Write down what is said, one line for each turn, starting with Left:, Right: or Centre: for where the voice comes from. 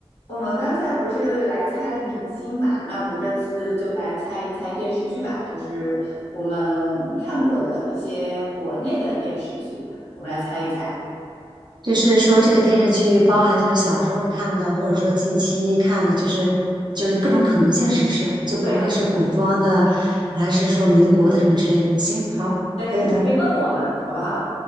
Left: 我们刚才不是来猜了明星嘛，那我们这次就来猜一猜电视剧吧，就是我们看过的一些国内的电视剧，我们来猜一猜。
Right: 就是说，这个电视剧包含就是小时候看的，或者说近期看的，就是就是各种可能性，是不是？就不论是古装的，
Left: 对，
Right: 还是说民国的什么之类的。行，好，
Left: 对，
Right: 可以的，
Left: 你可以问我嘛，好不好？